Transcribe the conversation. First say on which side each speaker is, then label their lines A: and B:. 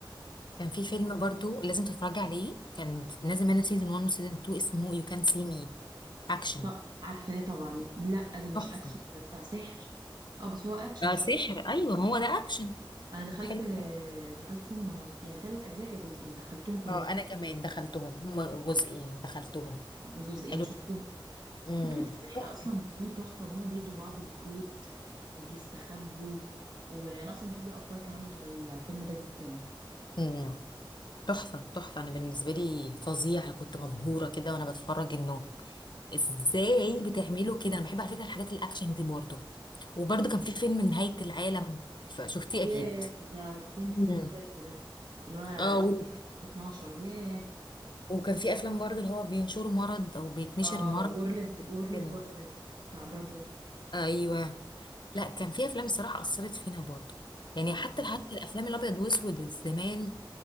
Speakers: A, on the left; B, on the right.
A: كان في فيلم برضو لازم تتفرجي عليه كان نازل منه سيزون 1 وسيزون 2 اسمه يو كان سي مي اكشن
B: طب عارفاه طبعا لا ده مش
A: تحفة
B: اكشن ده بتاع سحر اه بس هو اكشن
A: آه
B: شويه
A: سحر ايوه هو ده اكشن
B: انا دخلت
A: حلو جدا.
B: دخلت سينما هو يا ثلاث اجزاء يا جزئين دخلتهم كلهم
A: اه انا كمان دخلتهم هما جزئين دخلتهم
B: جزئين
A: حلو
B: شفتهم
A: امم
B: فكره السحر
A: تحفة
B: اصلا فيه تحفه وهما بيدوا بعض الكروت وبيستخبوا وانا اصلا بحب الابطال كمان بتوع الفيلم ده جدا
A: امم تحفة تحفة انا بالنسبة لي فظيع انا كنت مبهورة كده وانا بتفرج انه ازاي بتعملوا كده انا بحب على فكره الحاجات الاكشن دي برضو وبرضو كان في فيلم نهايه العالم فشفتيه اكيد
B: ياه ده 2012
A: مم.
B: ده اللي هو
A: اه و-
B: 2012 ياه
A: وكان في افلام برضو اللي هو بينشروا مرض او بيتنشر
B: اه
A: مرض
B: وورلد
A: في
B: وورلد
A: الفيلم.
B: وار زد بتاع براد بيت
A: ايوه لا كان في افلام الصراحه اثرت فينا برضو يعني
B: طبعا
A: حتى حتى الافلام الابيض واسود زمان